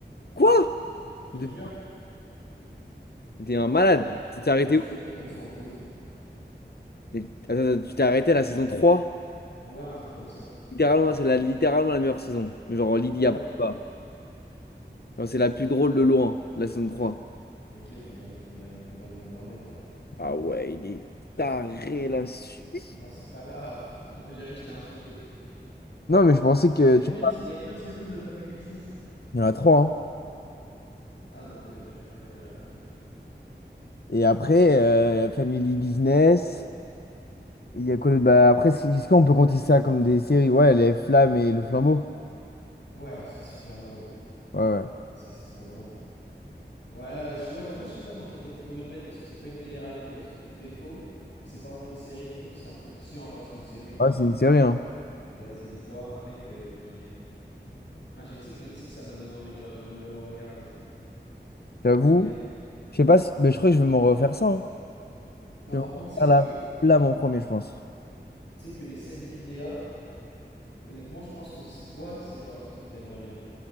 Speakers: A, on the left; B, on the left.
A: Quoi?
B: Je
A: Mais
B: te
A: T'es
B: jure.
A: mais t'es un malade. Tu t'es arrêté
B: Je me suis
A: où?
B: arrêté quand ils sont en prison.
A: Mais attends, attends, tu t'es arrêté à la saison trois
B: Ouais, un truc comme ça.
A: Littéralement, c'est la, littéralement la meilleure saison. Mais Genre, Lydie
B: Ah ouais?
A: a pas. Genre, C'est la plus drôle de loin, la saison 3.
B: Ok, faudrait, faudrait, faudrait que je m'y remette alors.
A: Ah ouais, il est taré la suite.
B: Moi, c'est pas grave. <laughs> On dirait que je t'ai insulté.
A: Non, mais je pensais que
B: Il y a
A: tu...
B: combien de, il y a combien de saisons de Family Business?
A: Il y en a trois, hein.
B: Ah, donc ouais, je me suis arrêté à la troisième.
A: Et après, euh, il y a Family Business. Il y a quoi d'autre? Bah, après, c'est- est-ce qu'on peut compter ça comme des séries? Ouais, Les Flammes et Le Flambeau.
B: Ouais, ça, super drôle.
A: Ouais, ouais.
B: Ça, c'est trop drôle. Ouais, euh, je- ouais, j'avoue, je sais pas dans quelle catégorie le mettre parce que c'est pas une télé-réalité parce que tout est faux, mais c'est pas vraiment une série non plus. parce que C'est un peu... Si, en vrai, c'est une série en
A: Ah,
B: soi.
A: c'est une série, hein.
B: Ouais, c'est l'histoire d'un mec euh, qui est. Ah, je sais que, je sais que ça m'a donné envie de le, le regarder, ça.
A: J'avoue.
B: Mais euh,
A: Je sais pas si. Mais je crois que je vais m'en refaire ça. hein.
B: non,
A: Je vais
B: par
A: m'en
B: contre,
A: refaire
B: tu sais que,
A: La Flamme en premier, je pense.
B: tu sais que les sept vies de Léa. Honnêtement, je pense que c'est toi, c'est le genre de truc que t'aimerais bien.